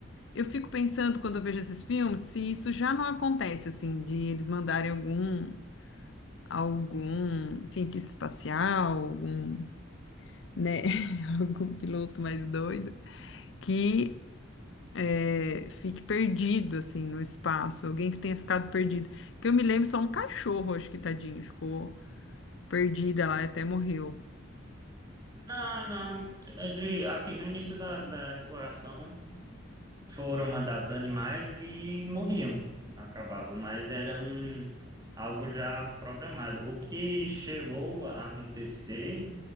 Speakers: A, on the left; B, on the right.
A: Eu fico pensando, quando eu vejo esses filmes, se isso já não acontece, assim, de eles mandarem algum algum cientista espacial, algum, né, <laughs> algum piloto mais doido, que é, fique perdido, assim, no espaço, alguém que tenha ficado perdido. Que eu me lembro só um cachorro, acho que tadinho, ficou perdida lá e até morreu.
B: Não, não. É de, assim, no início da, da exploração foram mandados animais e morriam, acabavam, mas era um, algo já programado. O que chegou a acontecer